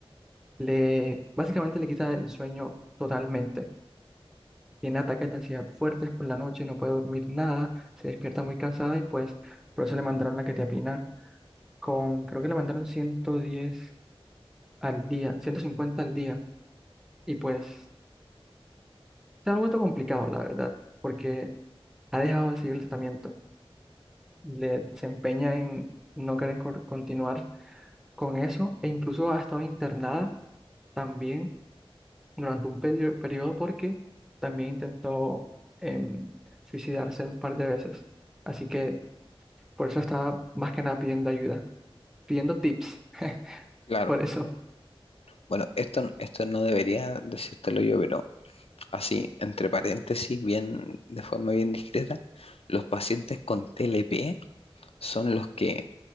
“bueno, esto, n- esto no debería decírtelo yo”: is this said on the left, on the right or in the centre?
Left